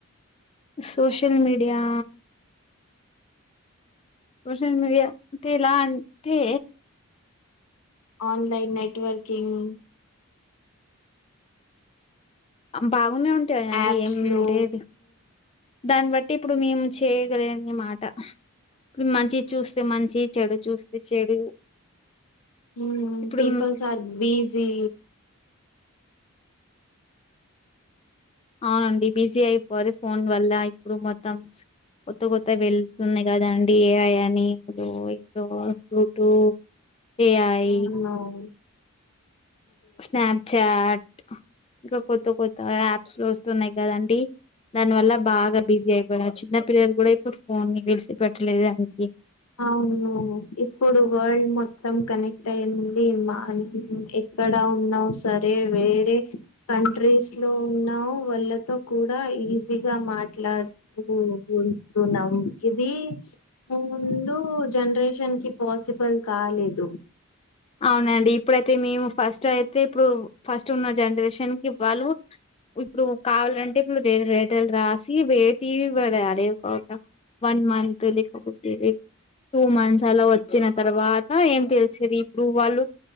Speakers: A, on the left (about 25°); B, on the left (about 80°).
A: social media social media అంటే ఎలా అంటే
B: ఆన్లైన్ నెట్వర్కింగ్
A: అంబా ఉన్నే ఉంటాయండి
B: యాప్స్
A: ఏమి
B: లో
A: లేదు దాన్ని బ ట్టి ఇప్పుడు మేము చేయగలిగిన మాట ఇప్పుడు మంచి చూస్తే మంచి చెడు చూస్తే చెడు
B: హు
A: ఇప్పుడు
B: పీపుల్స్ ఆర్ బిజీ
A: అవునండి బిజీ అయిపోరి ఫోన్ వల్ల ఇప్పుడు మొత్తంస్ కొత్త కొత్త వెళ్తున్నాయి కదండి ఏఐ అని ఇప్పుడు ఏదో యూట్యూబ్ ఏఐ
B: అవునవును
A: స్నాప్చాట్ ఇంకా కొత్త కొత్త యాప్స్ లో వస్తున్నాయి కదండి దానివల్ల బాగా బిజీ అయిపోయినారు చిన్న పిల్లలు కూడా ఇప్పుడు ఫోన్ ని విడిసి పెట్టలేదు అండి
B: అవును ఇప్పుడు వరల్డ్ మొత్తం కనెక్ట్ అయింది మా ఆహ్ ఎక్కు. ఇక్కడ ఉన్నా సరే వేరే కంట్రీస్ లో ఉన్నా వాళ్ళతో కూడా. ఈజీగా మాట్లాడుతు ఉంటున్నాం ఇది. ముందు జనరేషన్ కి పాసిబుల్ కాలేదు.
A: అవునండి ఇప్పుడైతే మేము ఫస్ట్ అయితే ఇప్పుడు ఫస్ట్ ఉన్న జనరేషన్ కి వాళ్ళు. ఇప్పుడు కావాలంటే ఇప్పుడు రెండు లెటర్లు రాసి. వేటీవి పడయాలి ఒక ఒక వన్ మంత్ లేకపోతే. టూ మంత్స్ అలా వచ్చిన తర్వాత ఏం తెలిసేది. ఇప్పుడు వాళ్ళు